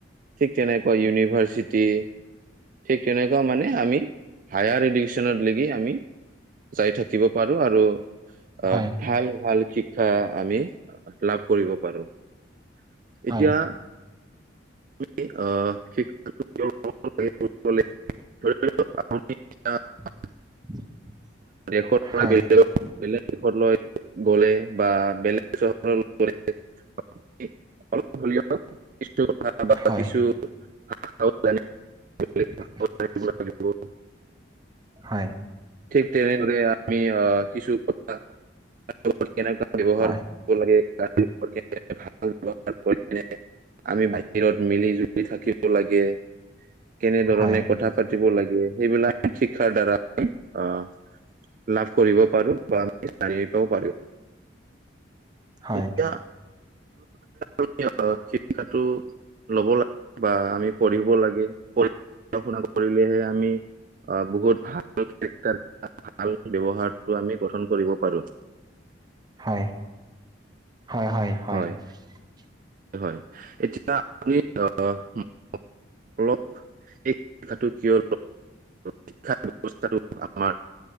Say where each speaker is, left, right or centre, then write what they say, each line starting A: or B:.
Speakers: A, on the right (about 45°); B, on the right (about 20°).
A: ঠিক তেনেকুৱা ইউনিভাৰ্চিটি ঠিক তেনেকুৱা মানে আমি হায়াৰ এডুকেশ্যনত লৈকে আমি <unintelligible> যাই থাকিব পাৰো আৰু <unintelligible>
B: হয়,
A: আহ ভাল-ভাল শিক্ষা আমি লাভ কৰিব পাৰোঁ। <unintelligible>
B: হয়,
A: এতিয়া আ আহ শিক্ষা <unintelligible> ধ আ <unintelligible>
B: <inaudible>
A: এ পৰাে
B: হয়,
A: বেলেগক বেলেগ <unintelligible> দেশলৈ গ'লে বা বেলেগ চহৰলৈ গলে <unintelligible> <unintelligible> কিছু কথা বা
B: হয়,
A: কিছু
B: হয়,
A: আও জান <unintelligible>
B: <inaudible>
A: লাগিব <unintelligible>
B: হয়
A: ঠিক তেনেদৰে আমি কিছু কথা <unintelligible> <unintelligible> কেনেকুৱা ব্যৱহাৰ
B: হয়,
A: লাগে <unintelligible> আমি বাহিৰত মিলি জুলি থাকিব লাগে, কেনেধৰণে
B: হয়,
A: কথা পাতিব লাগে <unintelligible> <unintelligible> গে সেইবিলাক শিক্ষাৰ দ্বাৰাই অ <unintelligible> লাভ কৰিব পাৰো বা আমি জানিব পাৰো <unintelligible>
B: হয়,
A: এতিয়া আমি আহ শিক্ষাটো <unintelligible> ল'ব লাগে বা আমি পঢ়িব লাগে <unintelligible> পঢ়া-শুনা কৰিলেহে আমি অ বহুত ভাল কে্টাৰ ভাল ব্যৱহাৰ <unintelligible> টো আমি গঠন কৰিব পাৰোঁ
B: হয়। হয়-হয়-হয়
A: হয়
B: <unintelligible>
A: হয় এতিয়া আপুনি অ <unintelligible> অলপ এই শ্ষাটো কিয় শিক্ষা ব্যৱস্থাটো আমাৰ